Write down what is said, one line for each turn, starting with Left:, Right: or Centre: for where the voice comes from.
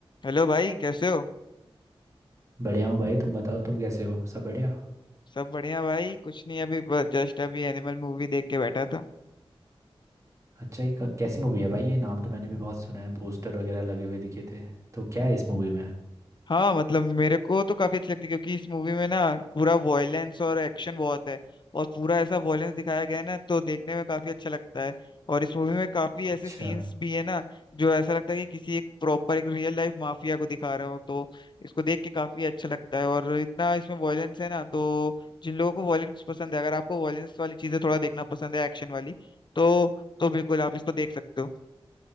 Left: Hello भाई कैसे हो
Right: बढ़िया हूँ भाई तुम बताओ तुम कैसे हो सब बढ़िया
Left: सब बढ़िया भाई कुछ नहीं अभी जस्ट अभी एनिमल मूवी देख के बैठा था
Right: अच्छा ये क- कैसी मूवी है भाई ये नाम तो मैंने भी बहुत सुना है पोस्टर वगैरह लगे हुए दिखे थे तो क्या है इस मूवी में
Left: हाँ मतलब मेरे को तो काफी अच्छी लगती है क्योंकि इस मूवी में ना पूरा वॉयलेंस और एक्शन बहुत है और पूरा ऐसा वॉयलेंस दिखाया गया है ना तो देखने में काफी अच्छा लगता है और इस मूवी में काफी ऐसे
Right: अच्छा
Left: सीन्स भी है ना जो ऐसा लगता है कि किसी एक प्रॉपर एक रियल लाइफ माफिया को दिखा रहे हो तो इसको देख के काफी अच्छा लगता है और इतना इसमें वॉयलेंस है ना तो जिन लोगों को वॉयलेंस पसंद है अगर आपको वॉयलेंस वाली चीजें थोड़ा देखना पसंद है एक्शन वाली तो तो बिल्कुल आप इसको देख सकते हो